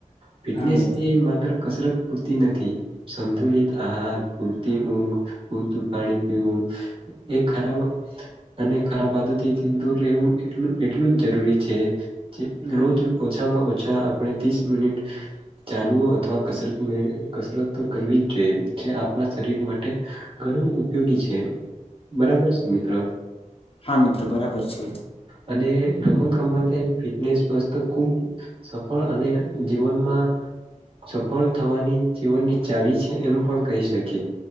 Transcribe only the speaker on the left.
હા મિત્ર
હા મિત્ર બરાબર છે.